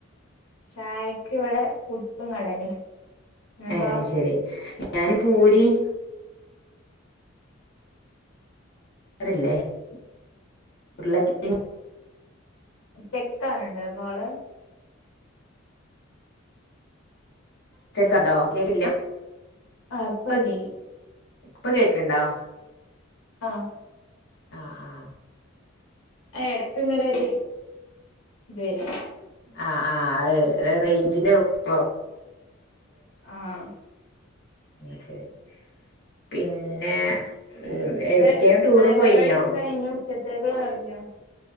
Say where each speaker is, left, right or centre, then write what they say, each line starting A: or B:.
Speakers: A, on the left (about 85°); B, on the left (about 60°).
A: ചായക്ക് ഇവിടെ പുട്ടും കടലിം ഇങ്ങക്കോ
B: ആയ് ശരി ഞാന് പൂരിം ഉരുളകെയ്ങ് <unintelligible>
A: സ്റ്റക്ക് ആക്ണ്‌ണ്ടോകോള്
B: സ്റ്റേക്കുണ്ടോ? കേക്കില്ല
A: ആഹ് ഇപ്പണ്ടീ
B: ഇപ്പ ഇപ്പൊ കേക്ക്‌ണ്ടോ
A: ആ
B: ആഹ് ആഹ്
A: ആ എടക്ക്‌ ങ്ങനെൊര് ബെരും
B: ആ ആ് റെയ്ഞ്ചിന്റെ പ്രോബ്
A: ആഹ്
B: ഉ ശരി പിന്നെ ഉം എവിട്ക്കേലും
A: ഇടെ
B: ടൂറ്
A: ചായപരിപാടിഒക്കെ
B: പോയിനിയോ
A: കഴിഞ്ഞു ഉച്ച ഉച്ചക്കുള്ള തൊടങ്ങിയോ?